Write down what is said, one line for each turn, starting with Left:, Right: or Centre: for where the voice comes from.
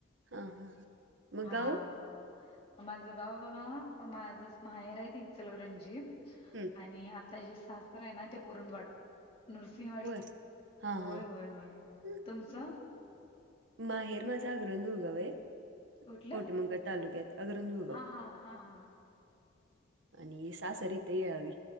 Right: हा हां मग
Left: हा
Right: गाव
Left: माझं गाव बाघा माझ माहेर आहेत इचलकरंजी
Right: हं.
Left: आणि आता जे सास्र आहे ना ते करुंद वाड नृसिंहवाडी
Right: होय हां
Left: होय
Right: हां
Left: होय होय
Right: हं.
Left: तुमचं?
Right: माहेर माझा ग्रं रुगाव आहे.
Left: कुठलं
Right: कोटीमंगळ तालुक्यात अगरंजगाव
Left: हा हा हा हा
Right: आणि सासर इथे येळावी